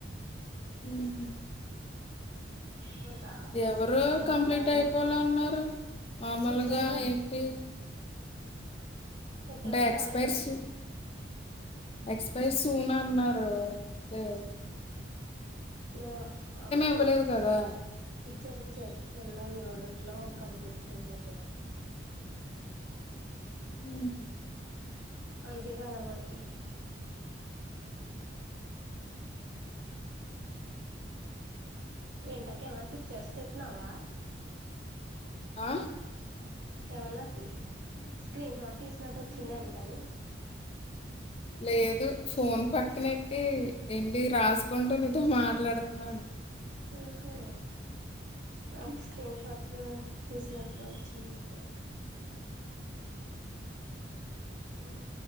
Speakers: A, on the left (about 30°); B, on the right (about 60°).
A: మ్మ్ హ్మ్
B: మా తా
A: ఎవరు
B: మా నానమ్మ
A: కంప్లీట్
B: వాళ్ళ
A: అయిపోవాలీ అన్నారు మామూలుగా
B: చెప్పారుగా
A: ఏంటి
B: పెట్టారు
A: అంటే
B: కదా
A: ఎక్స్పైర్
B: దాంట్లో
A: సూ ఎక్స్పైర్ సూన్ అన్నారు అంతే
B: ఆ ఆహా చెప్పు
A: ఇవ్వలేదు కదా
B: ఇచ్చర్ ఇచ్చారు నిన్న ఈ రోజుటులో కంప్లీట్ చేసేద్దా అది
A: ఉహా
B: అందుకే కంగారు పడుతున్న ఇంటా అక్క ఏమైన్నా చుప్ చేస్తేస్తున్నావా
A: ఆ
B: ఏమన్నా స్క్రీన్ షాట్ తీసినట్టు వచ్చింది అందుకని
A: లేదు ఫోన్ పక్కనెట్టి ఏంటి రాసుకుంటూ నీతో మా మాట్లాడుతున్నాను
B: ఆహా నాకు స్క్రీన్ షాట్ తీసినట్టు వచ్చింది అందుకే ఊ